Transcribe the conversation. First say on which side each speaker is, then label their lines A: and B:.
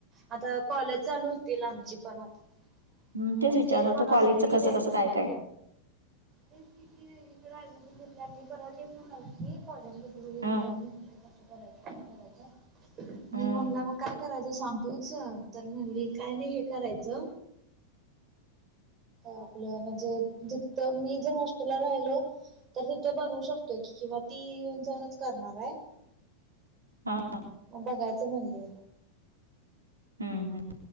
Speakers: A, on the right; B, on the right.
A: आता कॉलेज चालू होतील आमची पण आता.
B: हम्म.
A: मग
B: विचारणार
A: तेच म्हणाशी
B: होतं कॉलेजचं
A: ती
B: कसं
A: वेगळीकड.
B: कसं काय काय
A: हेच किती इकडे आली होती <inaudible> परवा तेच म्हणली होती. कॉलेजमध्ये वेगवेगळ
B: हा.
A: घ <inaudible> कसं करायच काय करायचं
B: हम्म
A: मी म्हणल मग काय करायचं सांग तूच तर म्हणली काय नाही हे करायचं. आपलं म्हणजे ज मी जर हॉस्टेलला राहिलो. तर तिथो बनवू शकतोय की किंवा ती येऊन जाऊनच करणार आहे.
B: हा
A: बघायचं म्हणली
B: हम् हम